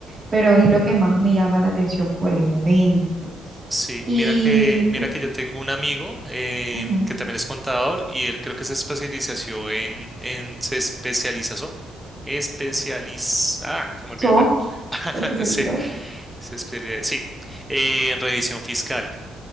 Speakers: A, on the right; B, in the centre.
A: pero es lo que más me llama la atención por el momento.
B: Sí,
A: ¿Y
B: mira que, mira
A: tú?
B: que yo tengo un amigo em,
A: Ujú.
B: que también es contador y él creo que se especializó en, en se especializó, especializa, ah, se me olvidó,
A: ¿Sos
B: bueno, <laughs>
A: especializado?
B: se, se especializa, sí, eh, en revisión fiscal.